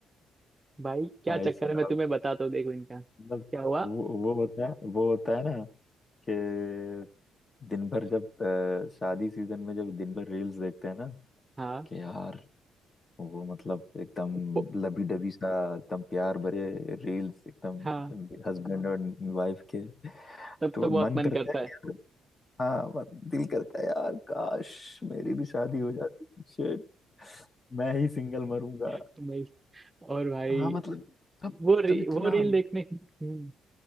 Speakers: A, on the right; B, on the left.
A: भाई क्या
B: भाई
A: चक्कर
B: साहब
A: है मैं तुम्हें बताता हूँ देखो इनका क्या
B: मतलब
A: हुआ
B: वो वो होता है वो होता है ना कि दिन भर जब अ, शादी सीजन में जब दिन भर रील्स देखते हैं ना
A: हाँ
B: कि यार वो मतलब एकदम
A: वो-
B: लबी डबी सा एकदम प्यार भरे रील्स एकदम
A: हाँ
B: हस्बैंड और वाइफ के
A: तब
B: तो
A: तो बहुत
B: मन
A: मन
B: करता
A: करता है
B: है हाँ मत- दिल करता है यार काश मेरी भी शादी हो जाती शिट मैं ही सिंगल मरूंगा
A: <laughs> मैं- और भाई
B: हाँ मतलब तब
A: वो री,
B: तब इतना
A: वो रील देखने हम्म,